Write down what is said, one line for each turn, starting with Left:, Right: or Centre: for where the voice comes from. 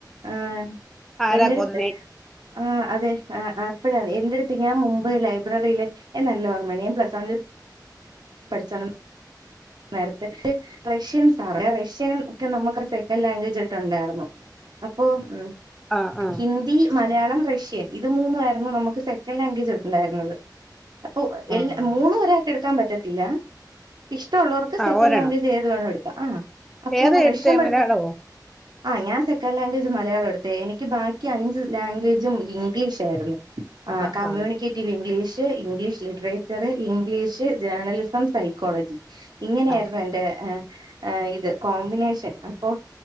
Right: ആഹ്
Centre: ആരാ
Right: എന്റെടുത്ത്
Centre: കൊന്നേ.
Right: ആഹ് അതെ. ആഹ് ആഹ് അപ്പഴറിയ. എന്റെടുത്ത് ഞാൻ മുമ്പ് ലൈബ്രറിയില് നല്ല ഓർമ്മയുണ്ട്. ഞാൻ പ്ലസ് വണിൽ പഠിച്ചാന്ന നേരത്തെ റഷ്യൻ സാറ റഷ്യന ഒക്കെ നമ്മുക്ക് സെക്കൻഡ് ലാംഗ്വേജ് ആട്ടുണ്ടായിരുന്നു. അപ്പൊ ഉം.
Centre: ആ ആ
Right: ഹിന്ദി, മലയാളം, റഷ്യൻ ഇത് മൂന്നു ആയിരുന്നു നമുക്ക് സെക്കൻഡ് ലാംഗ്വേജ് ട്ട് ഉണ്ടായിരുന്നത്. അപ്പൊ
Centre: ആ ആ.
Right: എല്ല മൂന്നും ഒരാക്കെ എടുക്കാൻ പറ്റത്തില്ല. ഇഷ്ടള്ളൊർക്ക്
Centre: ആ
Right: സെക്കൻഡ്
Centre: ഒരെണ്ണം
Right: ലാംഗ്വേജ് ഏത് വേണോങ്കി എടുക്കാം. ആഹ് അപ്പൊ
Centre: ഏതാ എടുത്തേ
Right: റഷ്യ പഠപ്പിക്ക..
Centre: മലയാളമോ
Right: ആഹ് ഞാൻ സെക്കൻ് ലാഗ്വജ് മയാളം എടുത്തേ. എനി.. ക്ക് ബാക്കി അഞ്ച് ലാഗ്വേജും ഇംഗ്ലീഷായിരുന്നു. ആഹ്
Centre: ആ
Right: കമ്മ്യൂണിക്കേ-
Centre: ആ
Right: റ്റ് English, English literature, English journalism, psychology. ഇങ്ങനെയായിരുന്നു
Centre: ആ
Right: എന്റെ ഏഹ് ഇത് കോമ്പിനേഷൻ. അപ്പോ